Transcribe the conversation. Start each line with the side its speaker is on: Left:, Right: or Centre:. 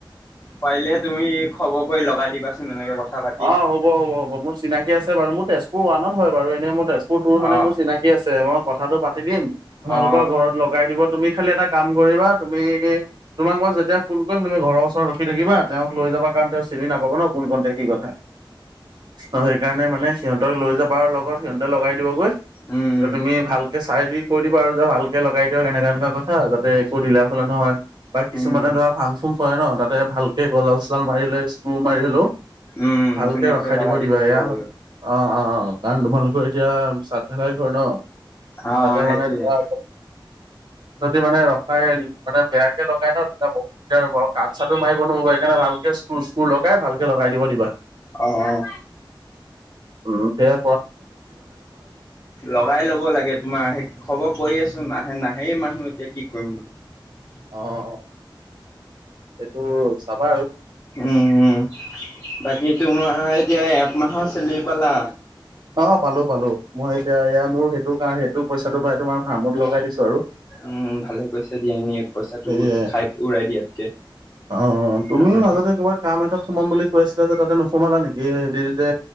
Left: পাৰিলে তুমি খবৰ কৰি লগাই দিবাচোন এনেকে কথা পাতি
Right: অ' হ'ব হ'ব হ'ব মোৰ চিনাকি আছে বাৰু মোৰ তেজপুৰ ওৱানত হয় বাৰু এনে মোৰ তেজপুৰ টুৰ মানে
Left: অ
Right: চিনাকি। আছে কথাটো পাতি দিম তোমালোকৰ
Left: অ
Right: ঘৰত লগাই দিব তুমি খালি এটা কাম কৰিবা তুমি তোমাক মই যেতিয়া ফোন কৰিম তুমি ঘৰৰ ওচৰত ৰখিাকিবা তেওঁক লৈ যাব কাৰণ তেওঁ চিনি নাপাব ন কোন কণ্তে কি অ' সেইকাৰণে মানে সিহঁতক লৈ যাবা আৰু লগত সিহঁতে লগাই দিবগৈ। তিয়া
Left: উম
Right: তুমি ভালকে চাই দি কৈ দিবা আৰু যে ভালকে লগাই দিয়ক এনেককা এনেকুৱা কথা যাতে একো দিলা হলে নহয়। বা কিছুমানে
Left: উম
Right: ধৰা ফাং চুং কৰে ন তাতে ভালকে গজাল চজাল মাৰি ললে স্কু মাৰি হলেও।
Left: উম
Right: ভালকে
Left: ধুনীয়াকে
Right: ৰখাই
Left: লগাই
Right: দিব দিবা
Left: ক'ব
Right: এয়া অ',
Left: লাগিব
Right: অ', অ', কাৰণ তোমালোকৰ এতিয়া সাদ ধেলাই ঘৰ ন।
Left: অ
Right: তাতে
Left: সেইটোৱে
Right: মানে ধৰা যদি মানে ৰখাই মানে বেয়াকে লগাই নহ, তেতিয়া বহুত দিগদাৰ হব। আৰু কাঠ চাটো মাৰিব নহব, সেইকাৰণে ভালকে <unintelligible> লগাই ভালকে লগাই দিব। দিবা
Left: অ',।
Right: উম, সেইয়া
Left: লগাই লব লাগে, তোমাৰ সেই খবৰ কৰি আছো। নাহে, নাহেই মানুহ এতিয়া কি কৰিম মই?
Right: অ',। এইটো চাবা আৰু
Left: উম, উম, বাকী তোমাৰ এতিয়া মাহৰ চেলিৰি পালা?
Right: অ', পালো, পালো। মই এতিয়া, এইয়া মোৰ সেইটো কাৰ সেইটো পইচাটো পৰা তোমাৰ ফাৰ্মত লগাই দিছো আৰু।
Left: উম, ভালেই কৰিছে দিয়া এনেই পইচাটো
Right: সেয়াই
Left: খাই উৰাই দিয়াতকে।
Right: অ', তুমিও
Left: কামতে।
Right: মাজতে ক'ৰবাত কাম এতাত সোমাম বুলি কৈ আছিলা যে, তাতে নোসোমালা নেকি এ হেৰি যে